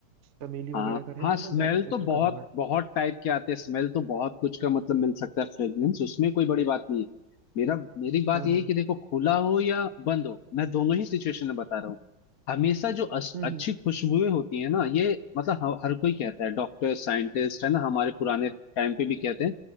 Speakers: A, on the right; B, on the left.
A: चमेली वगैरह
B: हाँ
A: का रहे
B: हाँ
A: वो
B: स्मेल
A: मैं ज्यादा प्रेफर
B: तो बहुत
A: करूंगा
B: बहुत टाइप के आते हैं स्मेल तो बहुत कुछ का मतलब मिल सकता है फ्रेग्रेंस उसमें कोई बड़ी बात नहीं है मेरा मेरी बात
A: हाँ
B: ये
A: हाँ
B: है कि देखो खुला हो या बंद हो मैं दोनों ही सिचुएशन में बता रहा हूँ हमेशा जो अस-
A: हम्म
B: अच्छी
A: हम्म
B: खुशबुएं होती है ना ये मतलब ह- हर कोई कहता है डॉक्टर साइंटिस्ट है ना हमारे पुराने टाइम पे भी कहते हैं